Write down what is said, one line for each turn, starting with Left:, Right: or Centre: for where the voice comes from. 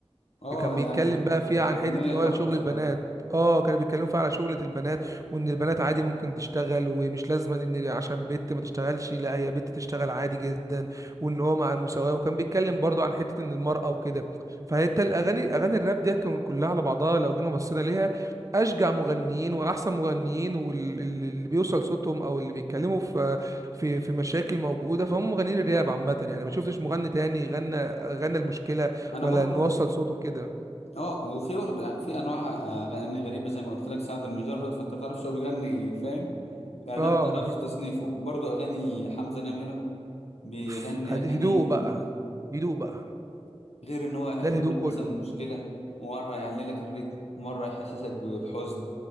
Left: اه
Right: كان بيتكلم
Left: يعني كانت
Right: بقى فيها
Left: كانت
Right: عن
Left: أغنية
Right: حته ان
Left: تحفة
Right: هو شغل
Left: صراحة
Right: البنات اه كانوا بيتكلموا فيها على شغلة البنات وان البنات عادي ممكن تشتغل ومش لازم ان عشان بنت ما تشتغلش لا هي بنت تشتغل عادي جدا وان هو مع المساواة وكان بيتكلم برضه عن حتة ان المرأة وكده فانت الاغاني اغاني الراب دي كان كلها على بعضها لو جينا بصينا ليها اشجع مغنيين واحسن مغنيين واللي بيوصل صوتهم او اللي بيتكلموا في في في مشاكل موجودة فهم مغنيين الراب عامة يعني ما شفتش مغني تاني غنى غنى المشكلة
Left: أنا
Right: ولا
Left: برضو
Right: نوصل صوته كده
Left: اه وفي برضه يعني في أنواع آه، أغاني غريبة زي ما قلت لك سعد المجرد فأنت ما بتعرفش هو بيغني إيه فاهم يعني
Right: اه
Left: ده ما بتعرفش تصنيفه وبرضه أغاني حمزة نمرة بيغني
Right: <laughs> هد-
Left: أغاني
Right: هدوء بقى
Left: ال-
Right: هدوء بقى
Left: غير إن هو هيقول
Right: ده الهدوء
Left: لك
Right: كله
Left: مثلا مشكلة مرة يعلي لك الريتم مرة يحسسك ب- بحزن